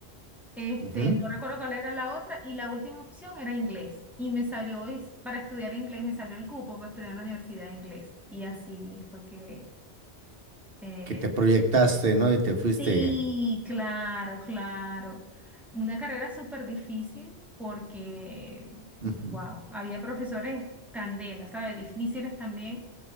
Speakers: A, in the centre; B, on the right.
A: este,
B: ujú,
A: no recuerdo cuál era la otra, y la última opción era inglés. Y me salió, es- para estudiar inglés, me salió el cupo para estudiar en la universidad de inglés. Y así fue que eh,
B: Que
A: estudié
B: te proyectaste, ¿no? Y te fuiste.
A: Sí, claro, claro. Una carrera súper difícil porque,
B: Ujú,
A: wow, había profesores candela, ¿sabes? Difíciles también.